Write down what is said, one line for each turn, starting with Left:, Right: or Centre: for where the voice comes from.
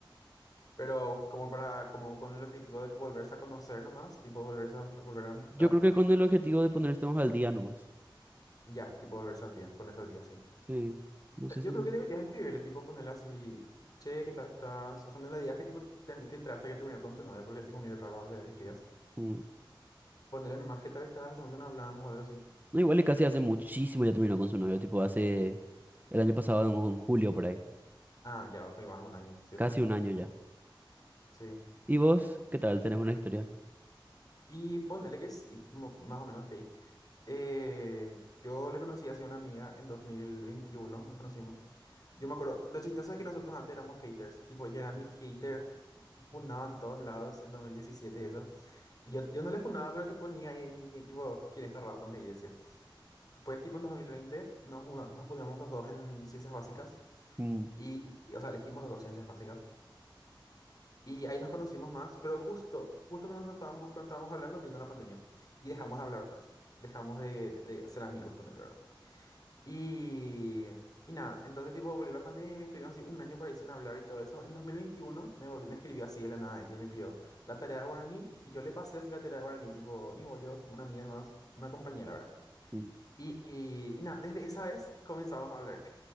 Left: Pero como para, como con el objetivo de volverse a conocer nomás, tipo volverse a, volver a amistad,
Right: Yo creo que con el objetivo de ponernos al día nomás.
Left: ya, tipo volverse al día, ponerse al día sí
Right: Sí, no sé
Left: Yo
Right: si...
Left: creo que deberías escribirle, tipo ponerle así, che, ¿qué tal estás? O sea, no le digas que tipo te, te enteraste que terminó con su novia, porque tipo medio raro hace que le escribas.
Right: mm.
Left: Ponerle nomás, ¿qué tal estás? Hace mucho no hablábamos o algo así.
Right: No, igual y casi hace muchísimo ya terminó con su novio, tipo hace el año pasado, en, en julio por ahí.
Left: Ah, ya, ok, vas a un año, sí o
Right: Casi
Left: sí.
Right: un año ya.
Left: Sí.
Right: ¿Y vos? ¿Qué tal? ¿Tenés una historia?
Left: Y ponerle que sí, mo- más o menos ahí. Eh, yo le conocí hacia una amiga en 2021 nos conocimos. Yo me acuerdo, lo chistoso es que nosotros antes éramos haters, tipo, ella era mi hater, me funaba en todos lados en 2017 y eso. Y yo, yo no le funaba, pero tipo, ni ahí, ni tipo, quién está random, hey, decía. Después, tipo, en 2020 nos, muda- nos mudamos los dos en ciencias básicas,
Right: Mm,
Left: y, y, o sea, elegimos los dos ciencias básicas. Y ahí nos conocimos más, pero justo, justo cuando, nos estábamos, cuando estábamos hablando, vino la pandemia, y dejamos de hablar otra vez, dejamos de, de ser amigos, ponele, Y, y nada, entonces tipo volvió la pandemia, estuvimos así un año por ahí sin hablar y todo eso. En 2021 me, volvió- me escribió así de la nada ella y me pidió la tarea de guaraní y yo le pasé así la tarea de guaraní, tipo, ni voy yo, una amiga más, una compañera, ¿verdad?
Right: mm,
Left: Y, y, y nada, desde esa vez comenzamos a hablar.